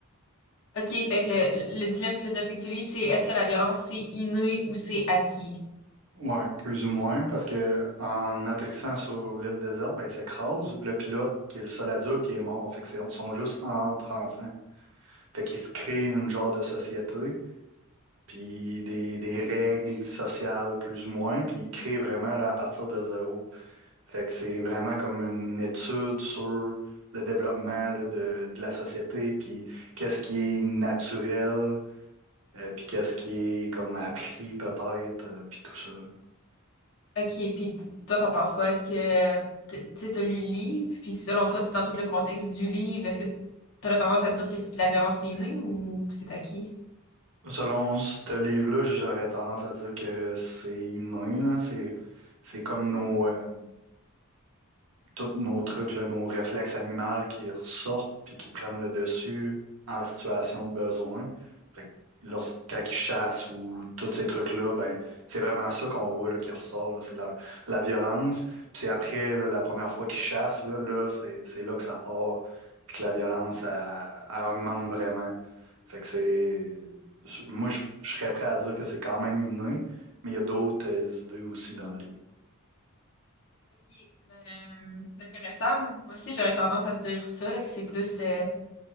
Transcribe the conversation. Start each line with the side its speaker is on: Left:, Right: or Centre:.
Left: OK, fait que le, le dilemme philosophique du livre, c'est est-ce que la violence c'est inné ou c'est acquis?
Right: Ouais, plus ou moins, parce que en atterrissant sur l'île déserte, ben, il s'écrase. Le pilote, qui est le seul adulte, il est mort. Fait que c'est- ils sont juste entre enfants. Fait qu'ils se créent une genre de société. puis des, des règles sociales plus ou moins, puis il crée vraiment là, à partir de zéro. Fait que c'est vraiment comme une étude sur le développement là, de, de la société, puis qu'est-ce qui est naturel, euh, puis qu'est-ce qui est comme appris peut-être, euh, puis tout ça. là.
Left: OK, puis toi, t'en penses quoi? Est-ce que, tu tu sais, t'as lu le livre, puis selon toi, tu sais, dans tout le contexte du livre, est-ce que t'aurais tendance à dire que c'est de la violence est innée ou que c'est acquis?
Right: Selon ce livre-là, j'aurais tendance à dire que c'est inné, là. C'est, c'est comme nos, euh, tous nos trucs, là, nos réflexes animaux qui ressortent puis qui prennent le dessus en situation de besoin. Fait que lorsque, chassent ou tous ces trucs-là, ben, c'est vraiment ça qu'on voit là, qui ressort. là. C'est de la, la violence. Puis c'est après, là, la première fois qu'ils chassent, là, là, c'est, c'est là que ça part puis que la violence, elle, elle augmente vraiment. Fait que c'est... Moi, je, je serais prêt à dire que c'est quand même inné, mais il y a d'autres euh, idées aussi dans le livre.
Left: OK, ben, c'est intéressant. Moi aussi, j'aurais tendance à dire ça, là, que c'est plus, euh, que